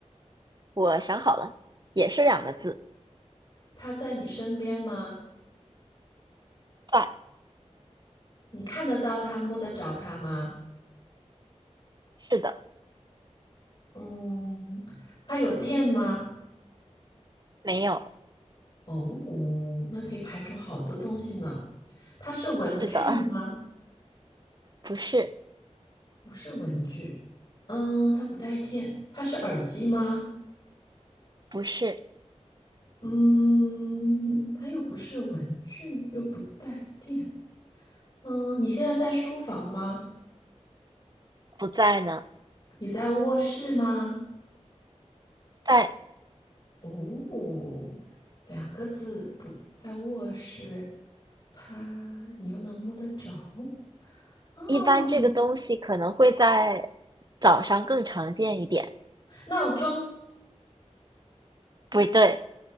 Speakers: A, on the right (about 35°); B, on the left (about 35°).
A: 我想好了，也是两个字，
B: 它在你身边吗？
A: 在，
B: 你看得到它，摸得着它吗？
A: 是的，
B: 嗯，它有电吗？
A: 没有。
B: 哦哦那可以排除好多东西呢。它是文具吗？
A: 是的，不是，
B: 不是文具。嗯，它不带电。它是耳机吗？
A: 不是，
B: 嗯，它又不是文具，又不带电。嗯，你现在在书房吗？
A: 不在呢，
B: 你在卧室吗？
A: 在
B: 哦，两个字，不在卧室。它，你又能摸得着？哦，
A: 一般这个东西可能会在早上更常见一点。
B: 闹钟。
A: 不对